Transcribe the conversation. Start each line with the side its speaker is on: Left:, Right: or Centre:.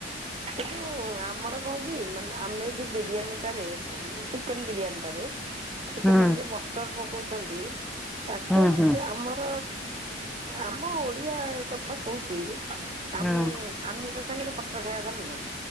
Right: କି ଯୋଉ ଆମର କହ କି ମାନେ ଆମେ ଯୋଉ ବିରିୟାନୀଟାରେ ପୁ ଚିକେନ ବିରିୟାନୀଟାରେ
Centre: ହୁଁ
Right: ସେମାନେ ଯୋଉ ବଟର ପକଉଛନ୍ତି, ଆକ୍ଚୁଆଲି
Centre: ହୁଁ ହୁଁ
Right: ଆମର ଆମ ଓଡ଼ିଆ କଥା କହୁଛି, ଆମେ
Centre: ହୁଁ।
Right: ଆମିଷ ସାଙ୍ଗରେ ବଟର ଖାଇଆ କଥା ନୁହଁ,